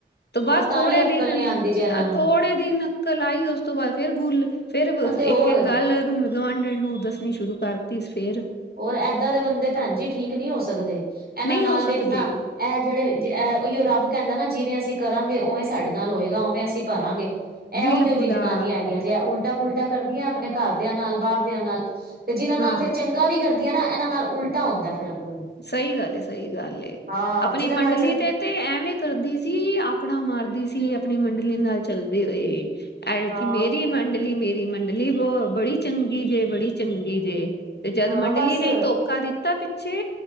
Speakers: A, on the left; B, on the right.
A: ਤ ਬਸ
B: ਤਾਂ
A: ਥੋੜੇ
B: ਵੀ ਅਕਲ
A: ਦਿਨ,
B: ਨੀ ਆਉਂਦੀ ਜੇ ਇਹਨਾਂ
A: ਅ
B: ਨੂੰ
A: ਥੋੜੇ ਦਿਨ ਅਕਲ ਆਈ ਔਸ ਤੋਂ ਬਾਦ ਫੇਰ ਗੁਲ। ਫੇਰ ਬ
B: ਤੇ ਹੋਰ
A: ਇੱਕ-ਇੱਕ ਗੱਲ ਗੁਆਂਢਣ ਨੂੰ ਦੱਸਣੀ ਸ਼ੁਰੂ ਕਰਤੀ ਫੇਰ।
B: ਔਰ ਐਦਾਂ ਦੇ ਬੰਦੇ ਭੈਣ ਜੀ ਠੀਕ ਨੀ ਹੋ ਸਕਦੇ। ਐਨਾਂ
A: ਨਹੀਂ
B: ਨਾਲ
A: ਹੋ
B: ਵੇਖਣਾ
A: ਸਕਦੇ
B: ਐ ਜੇੜੇ ਜੇ ਐ ਔਈਔ ਰੱਬ ਕੈਂਦਾ ਨਾ ਜਿਵੇਂ ਅਸੀ ਕਰਾਂਗੇ ਔਵੇਂ ਸਾਡੇ ਨਾਲ ਹੋਏਗਾ, ਔਵੇਂ ਅਸੀ ਭਰਾਂਗੇ। ਐ
A: ਬਿਲਕੁਲ
B: ਔਈਔ ਜੀ ਜਨਾਨੀ
A: ਆ
B: ਹੈਗੀਐ। ਜੇ ਐ ਉਲਟਾ-ਪੁਲਟਾ ਕਰਦੀਐਂ ਆਪਣੇ ਘਰਦਿਆਂ ਨਾਲ ਬਾਹਰਦਿਆਂ ਨਾਲ ਤੇ ਜਿਨਾਂ ਨਾਲ
A: ਹਾਂ
B: ਫੇਰ ਚੰਗਾ ਵੀ ਕਰਦੀਐ ਨਾ ਐਨਾਂ ਨਾਲ ਉਲਟਾ ਹੁੰਦੈ ਫੇਰ ਅੱਗੋਂ ਵੀ।
A: ਸਈ ਗੱਲ ਏ-ਸਈ ਗੱਲ ਏ।
B: ਹਾਂ
A: ਆਪਣੀ
B: ਜਿਹਨਾਂ
A: ਮੰਡਲੀ
B: ਨਾਲ ਚੰਗ
A: ਤੇ ਤੇ ਐਵੇਂ ਕਰਦੀ ਸੀ, ਆਕੜਾ ਮਾਰਦੀ ਸੀ ਆਪਣੀ ਮੰਡਲੀ ਨਾਲ ਚਲਦੇ ਔਏ ਐਈਔ
B: ਹਾਂ
A: ਕਿ ਮੇਰੀ ਮੰਡਲੀ-ਮੇਰੀ ਮੰਡਲੀ ਬਹੁ ਬੜੀ ਚੰਗੀ ਜੇ, ਬੜੀ ਚੰਗੀ ਜੇ। ਤੇ ਜਦ
B: ਹਾਂ
A: ਮੰਡਲੀ
B: ਬਸ
A: ਨੇ ਈ ਧੋਖਾ ਦਿੱਤਾ ਪਿੱਛੇ,